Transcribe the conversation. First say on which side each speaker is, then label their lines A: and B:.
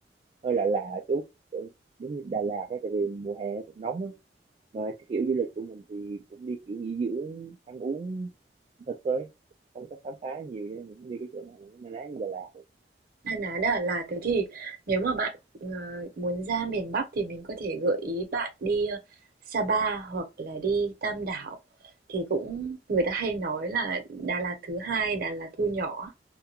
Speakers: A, on the right; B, on the right.
A: hơi lạ lạ chút, chỗ giống như Đà Lạt ấy, tại vì mùa hè nó cũng nóng á. mà cái kiểu du lịch của mình thì cũng đi kiểu nghỉ dưỡng ăn uống thật thôi không có khám phá nhiều cho nên mình cũng đi cái chỗ nào mà nó na ná như Đà Lạt ấy.
B: Na ná đà là thế thì nếu mà bạn, ờ, muốn ra miền Bắc thì mình có thể gợi ý bạn đi, ơ, Sapa hoặc là đi Tam Đảo. Thì cũng người ta hay nói là Đà Lạt thứ hai, Đà Lạt thu nhỏ